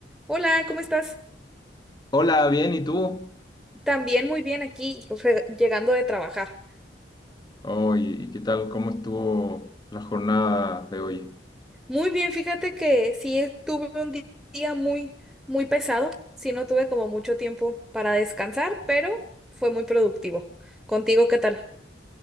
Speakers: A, in the centre; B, on the left.
A: Hola, ¿cómo estás?
B: Hola, bien, ¿y tú?
A: También muy bien aquí, re- llegando de trabajar.
B: Oye, ¿y qué tal? ¿Cómo estuvo la jornada de hoy?
A: Muy bien, fíjate que sí e, tuve un di- día muy, muy pesado. Sí, no tuve como mucho tiempo para descansar, pero fue muy productivo. ¿Contigo qué tal?